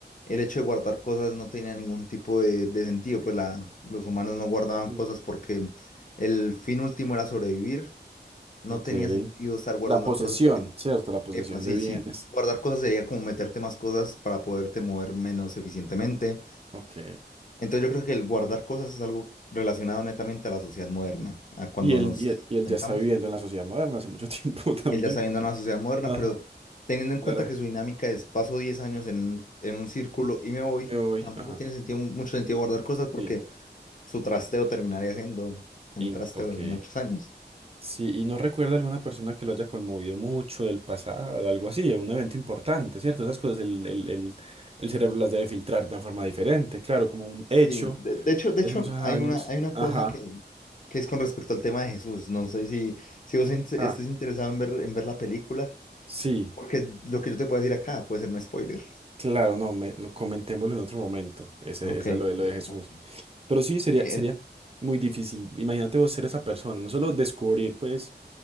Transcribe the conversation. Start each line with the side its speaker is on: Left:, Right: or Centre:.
Left: el hecho de guardar cosas no tenía ningún tipo de, de sentido, pues la, los humanos no guardaban
Right: sí.
Left: cosas porque el fin último era sobrevivir, no
Right: Ok.
Left: tenía sentido estar guardando
Right: La posesión,
Left: cosas porque,
Right: ¿cierto? La posesión
Left: epa, sí,
Right: de bienes.
Left: sí, guardar cosas sería como meterte más cosas para poderte mover menos eficientemente.
Right: Ok.
Left: Entonces yo creo que el guardar cosas es algo relacionado netamente a la sociedad moderna, a cuando
Right: Y él,
Left: nos
Right: y él, y él
Left: sentamos.
Right: ya está viviendo en la sociedad moderna hace mucho <laughs> tiempo también.
Left: Y él ya está viendo a la sociedad moderna,
Right: Ajá,
Left: pero teniendo en
Right: claro.
Left: cuenta que su dinámica es paso 10 años en, en un círculo y me voy,
Right: Me voy.
Left: tampoco
Right: Ajá.
Left: tiene sentido, mucho sentido guardar cosas
Right: Sí.
Left: porque su trasteo terminaría siendo un
Right: In-
Left: trasteo
Right: ok.
Left: de muchos años.
Right: Sí, y no recuerda alguna persona que lo haya conmovido mucho del pasado, algo así, un evento importante, ¿cierto? Esas cosas el, el, el, el cerebro las debe filtrar de una forma diferente, claro, como un
Left: Sí,
Right: hecho
Left: de, de hecho, de
Right: de
Left: hecho
Right: hace muchos años.
Left: hay una, hay una
Right: Ajá.
Left: cosa que, que es con respecto al tema de Jesús. No sé si, si vos in- estés
Right: Ah,
Left: interesado en ver, en ver la película,
Right: sí.
Left: porque lo que yo te puedo decir acá puede ser un spoiler.
Right: Claro, no, me, lo comentémoslo en otro momento. Ese,
Left: Ok,
Right: esa es lo de
Left: ok.
Right: lo de Jesús. Pero sí, sería,
Left: ¿Qué,
Right: sería muy difícil. Imagínate vos ser esa persona, no solo descubrir, pues,